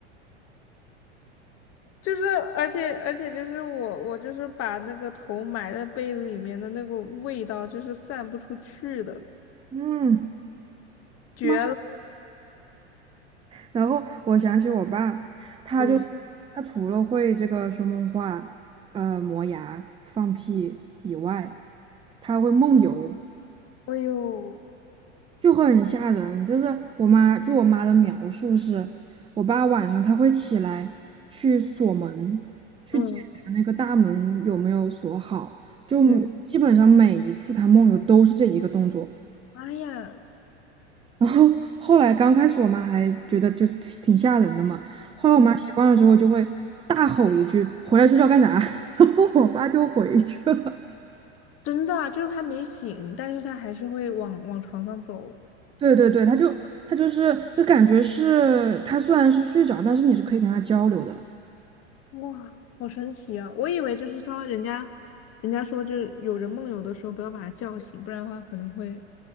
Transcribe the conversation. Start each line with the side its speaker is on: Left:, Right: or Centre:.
Left: 就是，而且而且就是我我就是把那个头埋在被子里面的那股味道，就是散不出去的，
Right: 嗯，
Left: 绝了！
Right: 妈！然后我想起我爸，他就是他除了会这个说梦话、
Left: 嗯
Right: 呃磨牙、放屁以外，他会梦游，
Left: 哎呦，
Right: 就很吓人。就是我妈，据我妈的描述是，我爸晚上他会起来去锁门，去检查那个大门有没有锁好，
Left: 嗯
Right: 就基本上每一次他梦游都是这一个动作。
Left: 嗯妈呀，
Right: 然后后来刚开始我妈还觉得就是挺挺吓人的嘛，后来我妈习惯了之后就会大吼一句“回来睡觉干啥”，
Left: 嗯，
Right: <laughs> 然后我爸就回去了。
Left: 真的啊就是他没醒，但是他还是会往往床上走，
Right: 对对对，他就他就是就感觉是他虽然是睡着，但是你是可以跟他交流的，
Left: 哇，好神奇啊！我以为就是说人家人家说就是有人梦游的时候不要把他叫醒，不然的话可能会